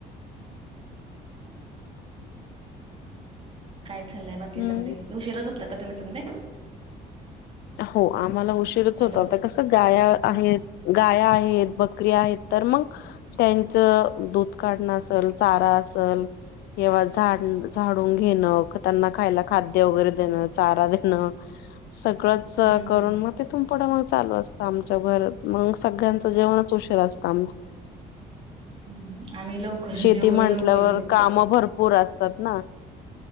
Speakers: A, on the right (about 30°); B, on the left (about 75°).
A: काय चालंय बाकी
B: हम्म
A: समधे उशीराच होतात का तुम्ही समधे?
B: हो आम्हाला उशीरच
A: हॅलो
B: होत आता कस गाया आहेत गाया आहेत बकरी आहेत तर मग? त्यांचं दूध काढणं असल चारा असल तेव्हा झाडन झाडून घेणं त्यांना खायला खाद्य वगैरे देणं, चारा देणं. सगळंच
A: हम्म
B: करून
A: हम्म
B: मग तेथून पुढं मग चालू असतं आमच्या बर, मग सगळ्यांचं जेवणच उशीर असतं आमच
A: <inaudible> हम हम आम्ही लवकरच
B: शेती
A: जेवूण
B: म्हटल्यावर
A: लवकर झोपतो.
B: काम भरपूर असतात ना